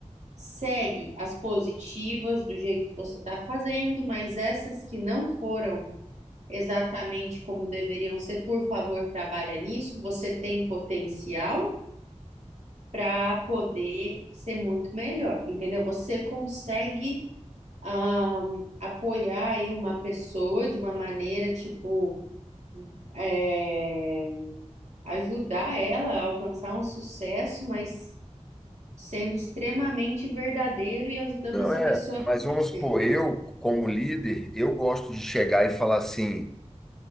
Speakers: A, on the right; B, in the centre.
A: segue as positivas do jeito que você está fazendo, mas essas que não foram exatamente como deveriam ser, por favor, trabalha nisso. Você tem potencial para poder ser muito melhor, entendeu? Você consegue ah, apoiar aí uma pessoa de uma maneira tipo é, ajudar ela a alcançar um sucesso, mas sendo extremamente verdadeiro e ajudando
B: Não
A: essa
B: é.
A: pessoa a
B: Mas
A: crescer.
B: vamos supor, eu, como líder, eu gosto de chegar e falar assim.